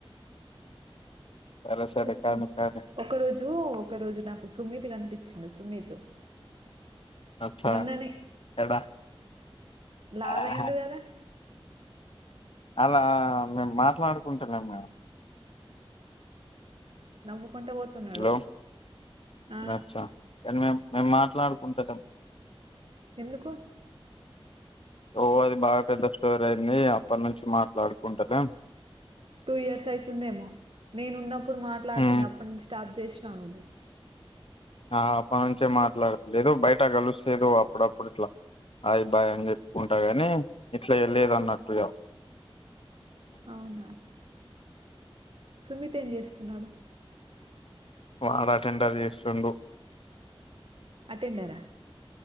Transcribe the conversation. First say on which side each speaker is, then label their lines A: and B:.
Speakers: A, on the left; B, on the right.
A: సరే సరే
B: చెప్పు,
A: కానీ కానీ
B: ఒక రోజు ఒక రోజు నాకు సుమిత్ కనిపించిండు సుమితు.
A: అచ్చా
B: మోన్ననే,
A: ఎడా
B: లావయిండు
A: ఆహా.
B: గదా.
A: అలా, మేము మాట్లాడుకుంటలేం గ.
B: నవ్వుకుంటా ఒతున్నడు
A: హలో
B: ఆ.
A: అచ్చా కానీ మేం మేం, మాట్లాడుకుంటలేం.
B: ఎందుకు.
A: ఓ అది బాగా పెద్ద స్టోర్ అయింది, అప్పటి నుంచి మాట్లాడుకుంటలేం.
B: Two years అయితుందేమో. నేను ఉన్నప్పుడు మాట్లాడుతుండె,
A: మ్మ్
B: అప్పటి నుంచి స్టాబ్ జేషినవ్ నువ్వు.
A: ఆ అప్పటి నుంచే మాట్లాడలేదు, బయట కలుస్తే ఎదో అప్పుడప్పుడు ఇట్ల. ఆయ్ బాయ్ అని చెప్పుకుంటా గని, ఇట్లా ఎళ్లేదన్నట్టుగా.
B: ఆ అవునా, సుమిత్ ఏం జేస్తున్నాడు.
A: ఆడ అటెండర్ జేస్తుండు.
B: అటెండరా.